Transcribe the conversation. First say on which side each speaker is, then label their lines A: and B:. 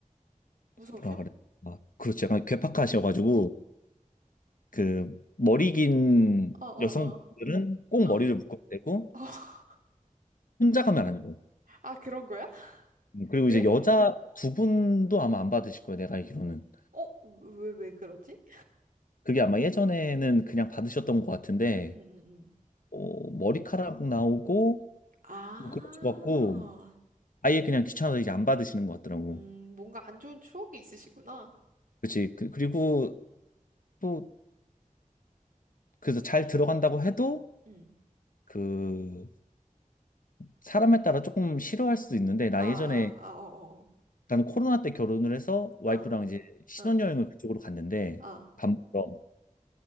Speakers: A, on the right (about 75°); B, on the left (about 75°).
A: 무서우셔?
B: 뭐라 그래 아 그렇죠 약간 괴팍하셔가지고 그 머리 긴
A: 어, 어,
B: 여성들은 꼭
A: 어,
B: 머리를
A: 어.
B: 묶어야 되고
A: <laughs>
B: 혼자 가면 안 돼요
A: 아, 그런 거야?
B: 음, 그리고
A: 왜?
B: 이제 여자 두 분도 아마 안 받으실 거예요 내가 알기로는
A: 어, 왜, 왜 그러지?
B: 그게 아마 예전에는 그냥 받으셨던 것 같은데
A: 응, 응, 응, 응.
B: 어, 머리카락 나오고
A: 아,
B: 뭐 그런 것 같고 아예 그냥 귀찮아서 이제 안 받으시는 것 같더라고
A: 음, 뭔가 안 좋은 추억이 있으시구나.
B: 그렇지 그, 그리고 또 그래서 잘 들어간다고 해도
A: 응.
B: 그 사람에 따라 조금 싫어할 수도 있는데
A: 아,
B: 나 예전에
A: 아, 아, 어,
B: 나는 코로나 때 결혼을 해서 와이프랑
A: 어,
B: 이제 신혼여행을
A: 어. 어, 어,
B: 그쪽으로 갔는데
A: 어.
B: 밥 먹으러